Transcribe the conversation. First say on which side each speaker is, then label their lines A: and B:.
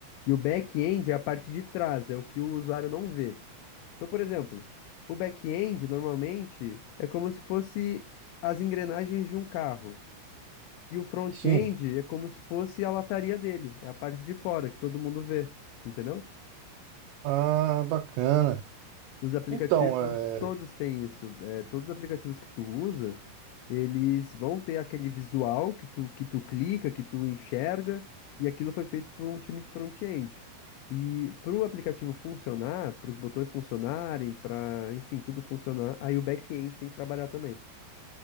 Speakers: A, on the left (about 90°); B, on the right (about 80°).
A: E o back-end é a parte de trás, é o que o usuário não vê. Então, por exemplo, o back-end normalmente é como se fosse as engrenagens de um carro. E o front-end
B: Sim.
A: é como se fosse a lataria dele, é a parte de fora que todo mundo vê, entendeu?
B: Ah, bacana.
A: Os aplicativos,
B: Então, é...
A: todos têm isso. é, todos os aplicativos que tu usa, eles vão ter aquele visual que tu, que tu clica, que tu enxerga, e aquilo foi feito por um time de front-end. E para o aplicativo funcionar, para os botões funcionarem, para, enfim, tudo funcionar, aí o back-end tem que trabalhar também.